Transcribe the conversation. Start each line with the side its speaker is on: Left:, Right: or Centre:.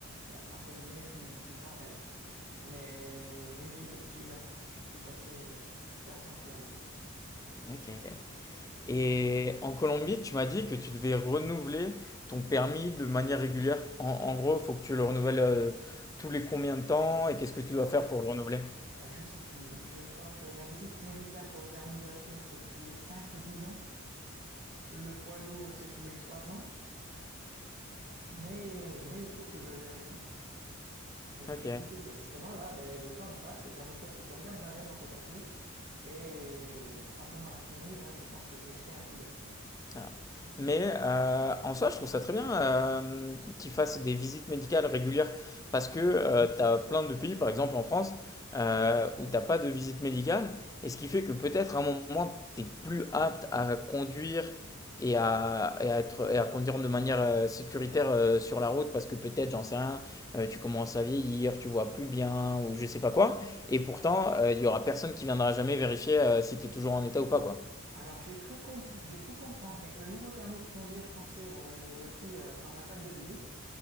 Right: il y a- entre guillemets plus, plus formel. Mais, mais j'ai eu de, la- j'ai eu de la chance. Je suis passé, je suis passé entre les mailles.
Left: Ok. Et en Colombie, tu m'as dit que tu devais renouveler ton permis de manière régulière. En, en gros, il faut que tu le renouvelles euh, tous les combien de temps et qu'est-ce que tu dois
Right: Alors,
Left: faire
Right: j'ai-
Left: pour le renouveler?
Right: je sais plus. Je crois que la visite médicale pour le permis voiture, c'est tous les 5 ou 10 ans. Le poids lourd, c'est tous les 3 ans. Mais, mais il faut que je vérifie. Je,
Left: Ok.
Right: je suis plus sûr. Justement, là, ben, le temps, il passe. C'est le genre de choses que tu regardes jamais dans tes papiers. Et quand on aura fini, là, je pense que je vais jeter un coup d'œil.
Left: Ah. Mais euh, en soi, je trouve ça très bien euh, qu'ils fassent des visites médicales régulières parce que tu as plein de pays, par exemple en France, euh, où t'as pas de visite médicale et ce qui fait que peut-être à un moment, tu es plus apte à conduire et à, et à être, et à conduire de manière euh, sécuritaire euh, sur la route parce que peut-être, j'en sais rien, euh, tu commences à vieillir, tu vois plus bien ou je sais pas quoi. Et pourtant, euh, il y aura personne qui viendra jamais vérifier euh, si tu es toujours en état ou pas, quoi.
Right: Alors, j'ai cru, com- j'ai cru comprendre qu'avec le nouveau permis de conduire français, là, le, le petit euh, format carte de visite,